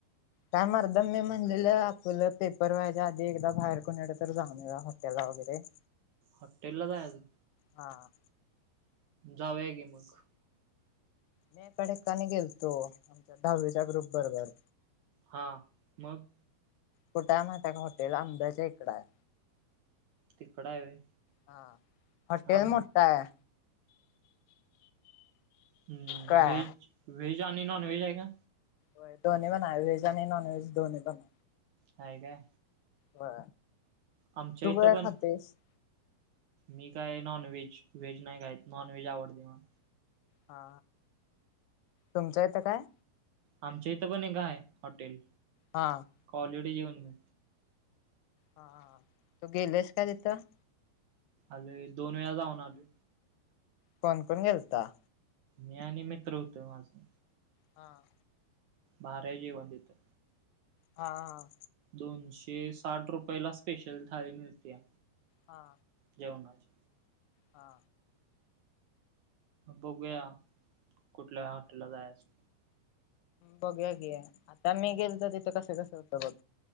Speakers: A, on the left; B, on the right.
A: काय मर्दा मी म्हणलेलं आपलं पेपर व्हायच्या आधी एकदा बाहेर कुणीकड तर जाऊन येऊया हॉटेला वगैरे. <inaudible>
B: हॉटेलला जायचं.
A: हा.
B: जाऊया की मग.
A: मी पण येताना गेलतो आमच्या दहावीच्या ग्रुप बरोबर.
B: हां मग
A: कुठा आहे मा का हॉटेल आंब्याच्या इकड आहे.
B: तिकडं आहे व्हय
A: हा हॉटेल
B: आम
A: मोठा आहे.
B: ह्
A: काय
B: व्हेज आणि नॉन व्हेज आहेय का?
A: हो दो्ही बन व्ज आणि नॉन वहेज दो्ही बन
B: हाय काय?
A: ह
B: आमच्या
A: तू
B: इथं
A: गया
B: पण
A: खातस
B: मी काय नॉनव्हेज व्हेज नाही काय नॉनव्हेज आवडते मला.
A: हा तुमच्या इथं काय?
B: आमच्या इथं पण एक हाय हॉटेल.
A: हां
B: आलरेडी जेवन मी
A: हा तू गेलस का तिथं
B: आले दोन वेळा जाऊन आले
A: कोण कोण घेलता
B: मी आणि मित्र होतो माझं.
A: हां
B: भार जीव वंदितत
A: हा हा.
B: दोनशे साठ रुपया ला स्पेशल थाळी मिळतीया.
A: हा
B: जेव नाज
A: हा
B: बघूया कुठल्या हॉटेला जायच?
A: बघू घी आता मी गेलो तर तिथं कसं कसं होतं बघ.